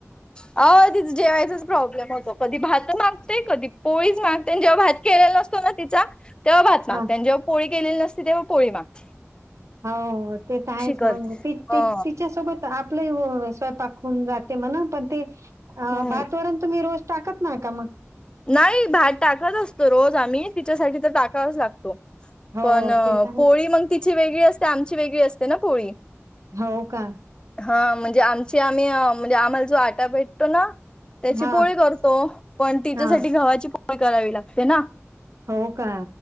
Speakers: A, on the left (about 20°); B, on the right (about 80°).
A: अ जेवायचाच प्रॉब्लेम होतो, कधी भात मागते कधी पोळीच मागते. जेव्हा भात केलेला असतो ना तिचा. तेव्हा भात माग
B: हा
A: त्यांनी जेव्हा पोळी ग केलेली असते तेव्हा पोळी मागची.
B: हो ते तर आहेच
A: करते.
B: मग तिच्यासोबत.
A: ह
B: आप स्वयंपाक हुन जाते, म्ह पण ते
A: हो
B: भात. तुम्ही रोज टाकत नाही का मग.
A: नाही भात टाकत असतो रोज आम्ही तिच्यासाठी तर टाकाच लागतो.
B: हो
A: पण
B: ते तर आहे
A: पोळी मग तिची वेगळी असते, आमची वेगळी असते ना पोळी
B: हो का?
A: हा म्हणजे, आमची आम्ही म्हणजे आम्हाला, जो आटा भेटतो ना त्याची
B: हा
A: पोळी, करतो पण ती.
B: हा
A: गव्हाची पोळी करावी, लागते ना
B: हो का